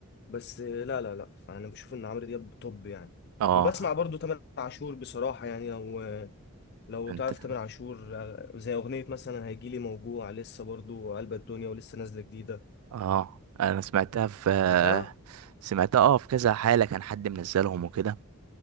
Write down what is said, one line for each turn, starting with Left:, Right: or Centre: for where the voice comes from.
Left: بس آه، لا لا لا انا بشوف ان عمرو دياب توب يعني
Right: اه
Left: وبسمع برضو تامر عاشور بصراحة يعني لو لو
Right: انت
Left: تعرف تامر عاشور آه، زي أغنية مثلا هيجيلي موجوع لسه برضو قلب الدنيا ولسه نازلة جديدة
Right: اه انا سمعتها في آه،
Left: سمعتها؟
Right: سمعتها اه في كذا حالة كان حد منزلهم وكده